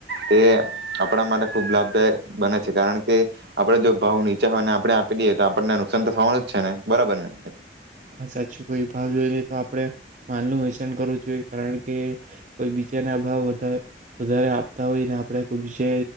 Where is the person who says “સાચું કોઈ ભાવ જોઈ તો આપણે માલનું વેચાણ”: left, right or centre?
Right